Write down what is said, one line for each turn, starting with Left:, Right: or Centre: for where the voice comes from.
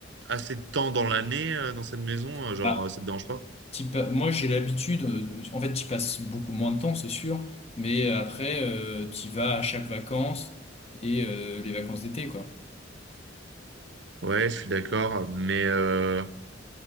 Right: assez de temps dans l'année euh, dans cette maison? euh,
Left: Bah,
Right: Genre, euh, ça te dérange pas?
Left: T'y pa- Moi, j'ai l'habitude, euh, de- en fait, tu passes beaucoup moins de temps, c'est sûr, mais euh, après, euh, tu vas à chaque vacances et euh, les vacances d'été, quoi.
Right: Ouais, je suis d'accord. Mais euh,